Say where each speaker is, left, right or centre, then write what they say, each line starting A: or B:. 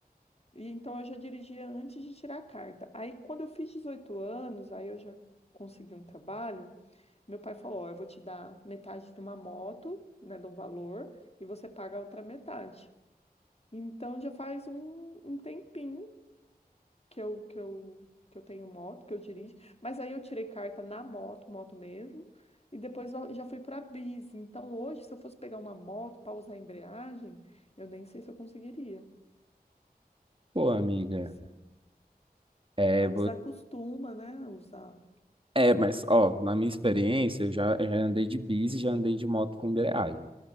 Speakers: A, on the left; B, on the right.
A: e então eu já dirigia antes de tirar a carta. Aí, quando eu fiz 18 anos, aí eu já consegui um trabalho, Meu pai falou: Ó, eu vou te dar metade de uma moto, né, de um valor, e você paga a outra metade. Então já faz um, um tempinho que eu, que eu, que eu tenho moto, que eu dirijo, mas aí eu tirei carta na moto, moto mesmo, e depois eu já fui para bis. Então hoje, se eu fosse pegar uma moto para usar a embreagem, eu nem sei se eu conseguiria.
B: Pô, amiga,
A: Nossa,
B: é,
A: ah, desacostuma, né, usar
B: É, mas, ó, na minha experiência, eu já, eu já andei de bis e já andei de moto com embreagem.